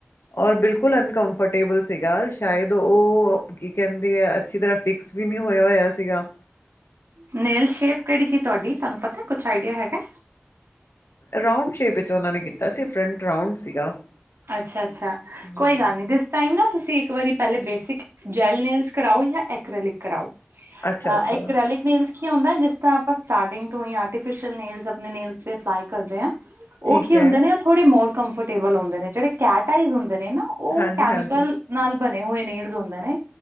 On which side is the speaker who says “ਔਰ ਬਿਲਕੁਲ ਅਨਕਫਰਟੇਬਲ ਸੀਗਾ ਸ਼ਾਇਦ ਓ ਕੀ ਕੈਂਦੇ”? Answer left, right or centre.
Left